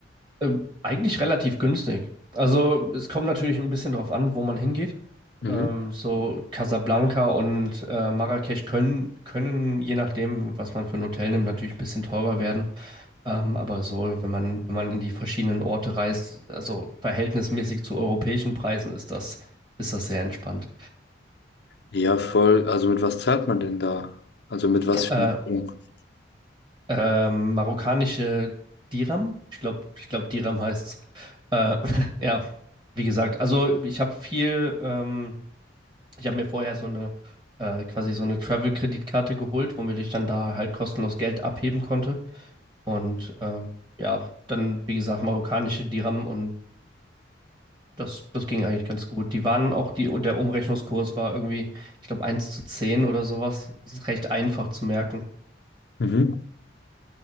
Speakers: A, on the right (about 25°); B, on the left (about 60°).
A: Ähm, eigentlich relativ günstig. Also es kommt natürlich ein bisschen drauf an, wo man hingeht.
B: Mhm.
A: Ähm, so Casablanca und äh, Marrakesch können, können, je nachdem, was man für ein Hotel nimmt, natürlich ein bisschen teurer werden. Ähm, aber so, wenn man, wenn man in die verschiedenen Orte reist, also verhältnismäßig zu europäischen Preisen, ist das, ist das sehr entspannt.
B: Ja, voll. Also mit was zahlt man denn da? Also mit was
A: Äh,
B: für einer Wohnung?
A: ähm, marokkanische Dirham, ich glaube, ich glaub, Dirham heißt Äh, <laughs> ja, wie gesagt, also ich habe viel. Ähm, Ich habe mir vorher so eine äh, quasi so eine Travel-Kreditkarte geholt, womit ich dann da halt kostenlos Geld abheben konnte. Und ähm, ja, dann, wie gesagt, marokkanische Dirham und das, das ging eigentlich ganz gut. Die waren auch, die, der Umrechnungskurs war irgendwie, ich glaube, eins zu 10 oder sowas. Das ist recht einfach zu merken.
B: Mhm.